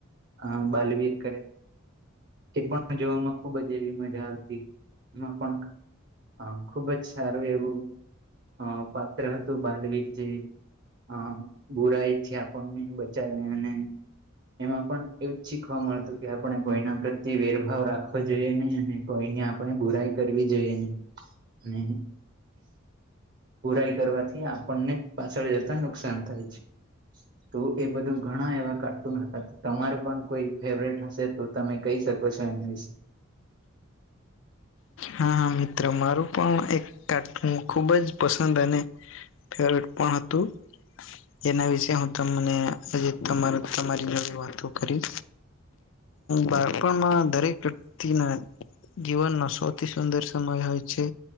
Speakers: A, on the right; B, on the left.
A: અ બાલવીર એ પણ જોવામાં ખુબ જ એવી મજા આવતી એમાં પણ હ ખુબ જ સારું એવું અ પાત્ર હતું બાલવીર જે અ બુરાઈ થી આપણને બચાવે અને એમાં પણ એવું જ શીખવા મળતું કે આપણે કોઈના પ્રત્યે વેરભાવ રાખવો જોઈએ નહી અને કોઈની આપણે બુરાઈ કરવી જોઈએ નહી અને બુરાઈ કરવાથી આપણને પાછળ જતા નુકસાન થાય છે તો એ બધું ઘણા એવા કાર્ટૂન હતા તમારું પણ કોઈ ફેવરેટ હશે તો તમે કહી શકો છો એના વિશે
B: હા હ મિત્ર મારું પણ એક કાર્ટન ખુબ જ પસંદ અને ફેવરેટ પણ હતું એના વિશે હું તમને હજ તમાર તમારી જો વાતો કરી બાળપણમાં દરેક વ્યક્તિના જીવનમાં સૌથી સુંદર સમય હોય છે